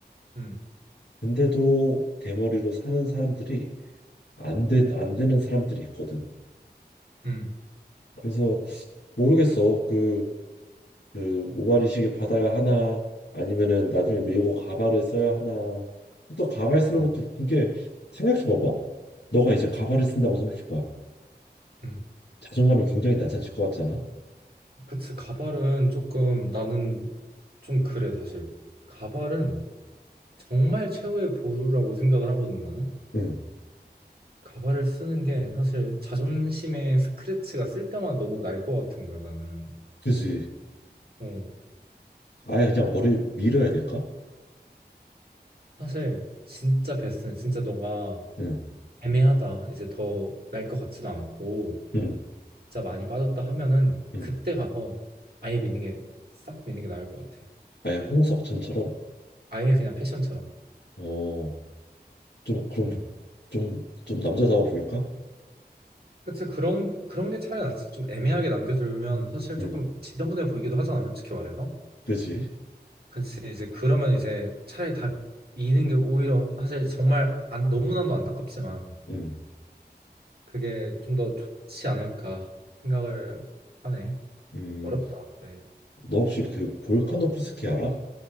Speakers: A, on the right (about 65°); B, on the left (about 80°).
A: 음,
B: 근데도 대머리로 사는 사람들이 안 된,
A: 음,
B: 안 되는 사람들이 있거든.
A: 음,
B: 그래서 모르겠어. 그, 그 모발이식을 받아야 하나 아니면은 나중에 밀고 가발을 써야 하나. 또 가발 쓰는
A: 어,
B: 것도 웃긴 게 생각해 봐봐. 너가 이제 가발을 쓴다고 생각해 봐.
A: 음.
B: 자존감이 굉장히 낮아질 것 같잖아.
A: 그치, 가발은 조금 나는 좀 그래, 사실. 가발은 정말 최후의 보루라고 생각을 하거든, 나는.
B: 응.
A: 가발을 쓰는 게 사실 자존심의 스크래치가 쓸 때마다 너무 날 것 같은 거야, 나는.
B: 그지.
A: 어.
B: 아예 그냥 머리를 밀어야 될까?
A: 사실 진짜 베스트는 진짜 너가
B: 응.
A: 애매하다. 이제 더 날 것 같지도 않고
B: 응.
A: 진짜 많이 빠졌다 하면은
B: 응.
A: 그때 가서 아예 미는 게 싹 미는 게 나을 것 같아.
B: 아예 홍석천처럼
A: 아예 그냥 패션처럼.
B: 어, 좀 그럼
A: 음.
B: 좀 좀 남자다워 보일까?
A: 그치 그런 그런 게 차라리 낫지. 좀 애매하게 남겨두면 사실 조금
B: 응,
A: 지저분해 보이기도 하잖아, 솔직히 말해서.
B: 그지?
A: 그치 이제 그러면 이제 차라리 다 미는 게 오히려 사실 정말 안, 너무나도 안타깝지만
B: 응,
A: 그게 좀 더 좋지 않을까 생각을 하네.
B: 음,
A: 어렵다. 네.
B: 너 혹시 그 볼카노프스키 알아?